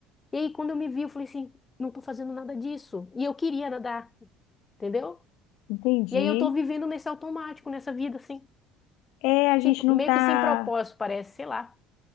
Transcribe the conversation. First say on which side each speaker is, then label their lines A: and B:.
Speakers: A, on the left; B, on the left.
A: E aí, quando eu me vi, eu falei assim, não tô fazendo nada disso. E eu queria nadar, entendeu?
B: Entendi.
A: E aí eu tô vivendo nesse automático, nessa vida, assim.
B: É, a gente
A: Sem-
B: não
A: meio
B: tá
A: que sem propósito, parece, sei lá.